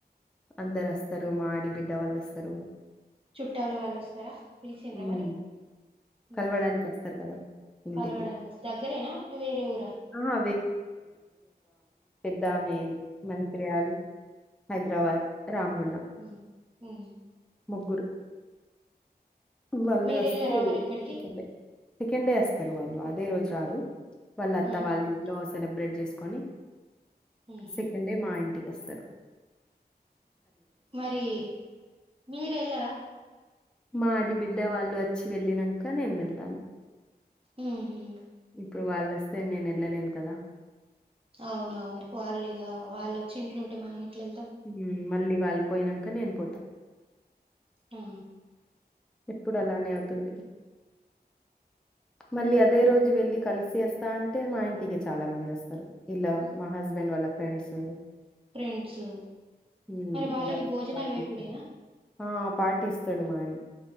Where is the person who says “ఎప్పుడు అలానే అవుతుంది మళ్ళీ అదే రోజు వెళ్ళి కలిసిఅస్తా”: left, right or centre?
Centre